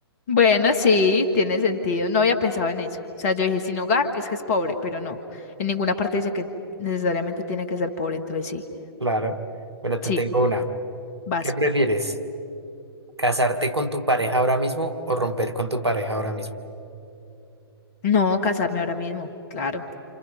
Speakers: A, on the left; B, on the right.
A: Bueno, sí, tiene sentido. No había pensado en eso. O sea, yo dije, sin hogar es que es pobre, pero no. En ninguna parte dice que necesariamente tiene que ser pobre, entonces sí.
B: claro. Bueno, te
A: Sí,
B: tengo una.
A: vas.
B: ¿Qué prefieres? ¿Casarte con tu pareja ahora mismo o romper con tu pareja ahora mismo?
A: No, casarme ahora mismo, claro.